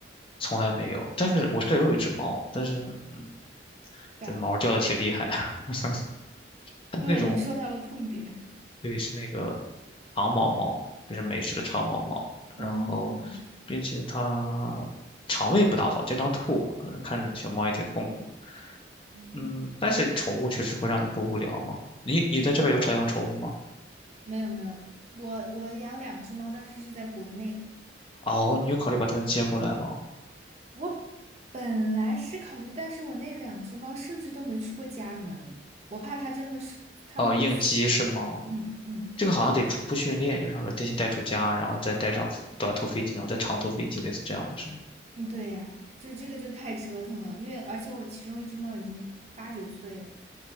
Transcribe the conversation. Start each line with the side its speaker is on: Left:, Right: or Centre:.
Left: 从来没有。但是我舍友有一只猫，但是嗯，
Right: 对啊，
Left: 这毛掉的挺厉害啊，<laughs> 它是那种
Right: 对，你说到了痛点。
Left: 对，是那个长毛猫，就是美式的长毛猫，
Right: <laughs>
Left: 然后并且它肠胃不大好，经常吐，反正看着小猫也挺痛苦。
Right: 嗯嗯，
Left: 嗯，但是宠物确实会让你不无聊嘛。你你在这边有养宠物吗？
Right: 没有没有，我我养两只猫，但是是在国内。
Left: 哦，你有考虑把它们接过来吗？
Right: 我本来是考虑，但是我那两只猫甚至都没出过家门，我怕它真的是它们是，
Left: 哦，应激是吗？
Right: 嗯嗯。
Left: 这个好像得逐步训练，就是他们先带出家，然后再带上飞短途飞机，然后再长途飞机，类似这样的是吗？
Right: 嗯，对呀，就这个就太折腾了，因为而且我其中一只猫已经八九岁了，